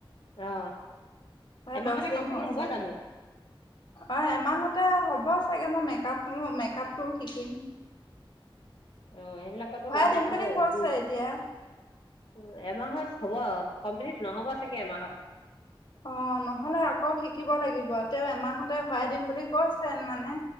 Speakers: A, on the left (about 80°); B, on the left (about 60°).
A: অ এমাহতে
B: দহ দিন
A: কমপ্লিট
B: হৈছে,
A: হব জানো
B: অ এমাহতে হ'ব চাগে মই মেকআপ লোৱা নাই। তো শিকিম।
A: অ সেইবিলাকতো
B: ভৰাই
A: লাভ
B: দিম
A: আছে
B: বুলি
A: দে
B: কৈছে
A: যদি
B: এতিয়া।
A: তোৰ এমাহত হ'ব কমপ্লিট নহব চাগে এমাহত?
B: অ, নহলে আকৌ শিকিব লাগিব। তেওঁ এমাহতে হুৱাই দিম বুলি কৈছে মানে,